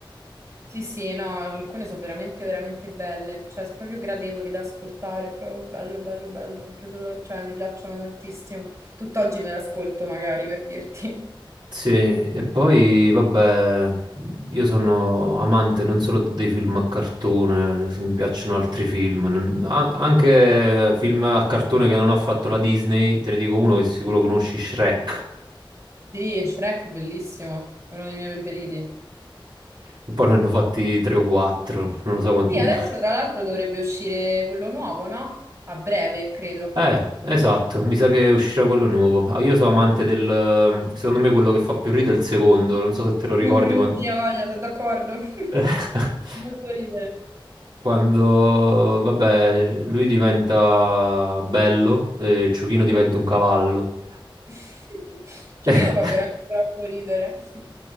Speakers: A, on the right; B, on the right.
A: Sì, sì, no, alcune sono veramente, veramente belle, cioè sono proprio gradevoli da ascoltare, è proprio bello, bello, bello, mi è piaciuto, cioè mi piacciono tantissimo. Tutt'oggi me l'ascolto magari per dirti.
B: Sì, e poi vabbè, io sono amante non solo dei film a cartone, se mi piacciono altri film, non- a- anche film a cartone che non ha fatto la Disney, te ne dico uno che sicuro conosci, Shrek,
A: Sì, Shrek, bellissimo, è uno dei miei preferiti.
B: e poi ne hanno fatti tre o quattro, non lo so quanti...
A: Sì, adesso tra l'altro dovrebbe uscire quello nuovo, no? A breve, credo.
B: Eh, esatto, mi sa che uscirà quello nuovo. Ah, Io sono amante del... secondo me quello che fa più ridere è il secondo, non so se te lo ricordi
A: Mhm,
B: quando...
A: sì, ho voglia, sono d'accordo. <laughs>
B: <laughs>
A: Sì, fa molto ridere.
B: Quando, vabbè, lui diventa bello e Ciuchino
A: Mhm.
B: diventa un cavallo.
A: <laughs> Giochino
B: <laughs>
A: fa
B: E,
A: veramente troppo ridere. Sì,